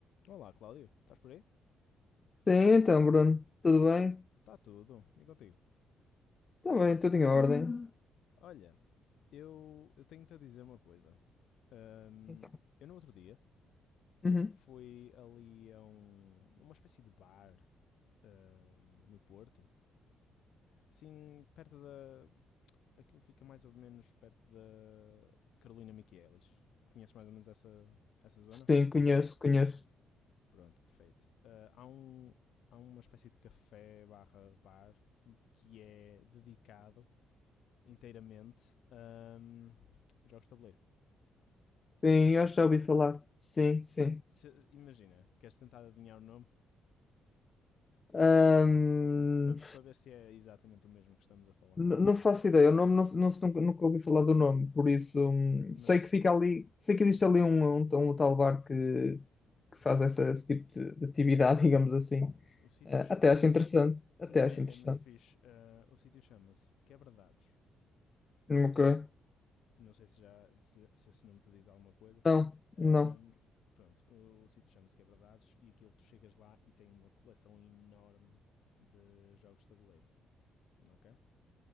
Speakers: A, on the left; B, on the left.
A: Olá, Cláudio. Estás por aí?
B: Sim, então, Bruno, tudo bem?
A: Está tudo. E contigo?
B: Está bem, tudo em ordem. Hum.
A: Olha, eu, eu tenho-te a dizer uma coisa. Ahm,
B: Então,
A: eu no outro dia
B: uhum.
A: fui ali a um, uma espécie de bar ahm, no Porto. Assim, perto da... Aquilo fica mais ou menos perto da Carolina Miquelis. Conheces mais ou menos essa, essa zona?
B: Sim, conheço, conheço.
A: Pronto, perfeito. Ah, há, um, há uma espécie de café barra bar que é dedicado inteiramente ahm, jogos de tabuleiro.
B: Sim, eu já ouvi falar. Sim, sim.
A: Se- imagina, queres tentar adivinhar o nome
B: Ahm,
A: para para ver se é exatamente o mesmo que estamos a falar.
B: n- não faço ideia, o nome não, não, nunca, nunca ouvi falar do nome, por isso hum,
A: Mas
B: sei que fica ali, sei que
A: sim,
B: existe ali um, um, um tal bar que,
A: ok.
B: que faz essa, esse tipo de, de atividade, <laughs> digamos assim.
A: O sítio
B: Ah,
A: chama-se.
B: até acho interessante, até
A: Não,
B: acho
A: é,
B: interessante.
A: é muito fixe. Ah, o sítio chama-se Quebradados.
B: Nunca.
A: Não sei se já se, se esse nome te diz alguma coisa.
B: Não,
A: Ahm,
B: não.
A: pronto, o, o sítio chama-se Quebradados e aquilo tu chegas lá e tem uma coleção enorme de jogos de tabuleiro, ok?